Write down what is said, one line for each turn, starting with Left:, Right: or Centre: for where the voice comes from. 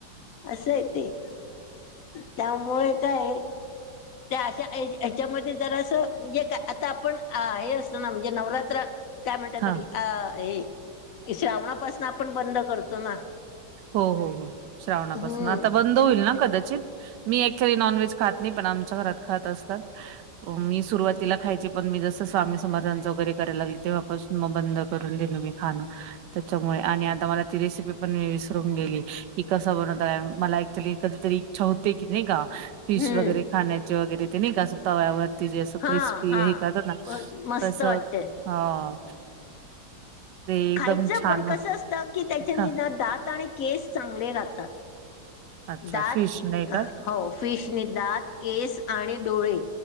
Left: असय ते त्यामुळे काय त्या अशा ये हेच्यामध्ये जरास म्हणजे का आता आपण हे असत ना म्हणजे नवरात्र काय म्हणत
Right: हां.
Left: तरी अह हे की श्रावणापासून आपण बंद करतो ना.
Right: हो हो हो श्रावणापासून
Left: हम्म
Right: आता बंद होईल ना कदाचित मी ऍक्च्युली नॉनव्हेज खात नाही पण आमच्या घरात खात असतात. मी सुरुवातीला खायचे पण मी जसं स्वामी समर्थांच वगैरे करायला लागली तेव्हा पासू मग बंद करून दिल मी खाण त्याच्यामुळे आणि आता मला ती रेसिपी पण मी विसरून गेली की कस बनवता. मला एक्चुली कधीतरी इच्छा होते की नाही का फिश
Left: हम्म
Right: वगैरे खाण्याचे वगैरे ते नाही का ते अस तव्यावरती जे असं
Left: हा
Right: क्रिस्पी
Left: हा
Right: हे करत ना
Left: मस्त
Right: तस
Left: वाटते
Right: हा. ते एकदम
Left: खायचं
Right: छान
Left: पण कसं असतं की त्याच्याने
Right: हा
Left: ना दात आणि केस चांगले राहतात.
Right: अच्छा
Left: दात
Right: फिश नाही का
Left: हो फिशने दात, केस आणि डोळे.